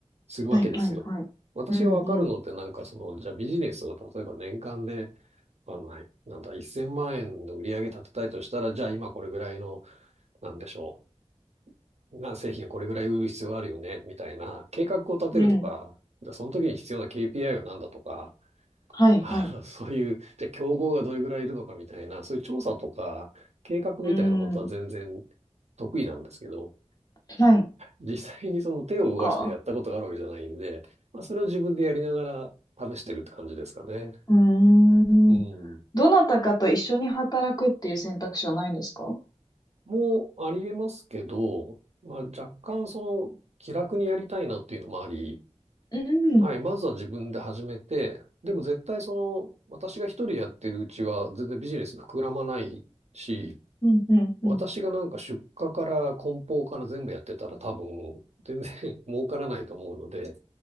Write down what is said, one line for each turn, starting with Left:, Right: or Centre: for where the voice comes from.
Right: するわけですよ。
Left: はい、はい、はい。
Right: 私がわかるのってなんかその、
Left: うん、うん。
Right: じゃあビジネスを例えば年間で、わかんない、なんだ、1000万円の売り上げ立てたいとしたら、じゃあ今これぐらいの、なんでしょう、な製品をこれぐらい売る必要があるよね、みたいな計画を立てるとか、
Left: うん。
Right: じゃあその時に必要な KPI は何だとか、
Left: はい、
Right: <laughs> あの、
Left: はい。
Right: そういう、じゃあ競合がどれぐらいいるのかみたいな、そういう調査とか計画みたいなことは全然
Left: うん。
Right: 得意なんですけど、
Left: はい。
Right: 実際にその手を動かしてやったことがあるわけじゃないんで、
Left: そっか。
Right: まあ、それを自分でやりながら試してるって感じですかね。
Left: うーん。
Right: うん。
Left: どなたかと一緒に働くっていう選択肢はないんですか
Right: もうありえますけど、まあ、若干その気楽にやりたいなっていうのもあり、
Left: うん、
Right: はい、まずは自分で始めて、でも絶対その私が一人やってるうちは全然ビジネス膨らまないし、
Left: うん、うん、
Right: 私がなんか出荷から梱包から全部やってたら多分全然
Left: うん。
Right: <laughs> 儲からないと思うので、